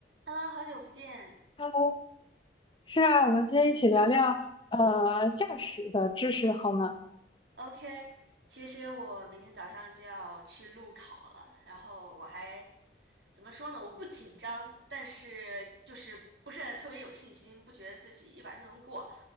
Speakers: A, on the right (about 80°); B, on the left (about 25°).
A: Hello，好久不见。
B: Hello，是啊，我们今天一起聊聊呃驾驶的知识好吗？
A: OK，其实我明天早上就要去路考了，然后我还怎么说呢？我不紧张，但是就是不是特别有信心，不觉得自己一把就能过。